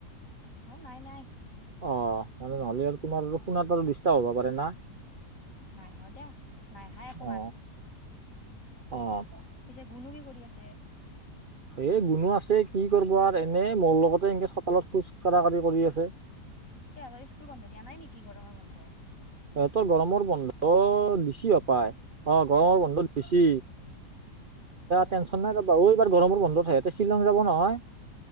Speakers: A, on the left (about 50°); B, on the right (about 45°).
A: অ নাই নাই।
B: অ মানে নহ'লে আৰু তোমাৰ শুনাত আৰু দিষ্টাৰ্ব হব পাৰে নাহ।
A: নাই হোৱা দিয়া নাই অহা একো
B: অ
A: মাত।
B: অ।
A: পিছে গুনু কি কৰি আছে।
B: এ গুনো আছে কি কৰিব আৰ এনেই মোৰ লগতে এনকে চতালত খোজ কাঢ়া কাঢ়ি কৰি আছে।
A: সিহঁতৰ স্কুল বন্ধ দিয়া নাই নেকি গৰমৰ বন্ধ।
B: সিহঁতৰ গৰমৰ বন্ধ দিছি হপায় অ গৰমৰ বন্ধ দিছি।
A: অ
B: টেনচন নাই এইবাৰ গৰমৰ বন্ধত সিহঁতে শ্বিলং যাব নহয়।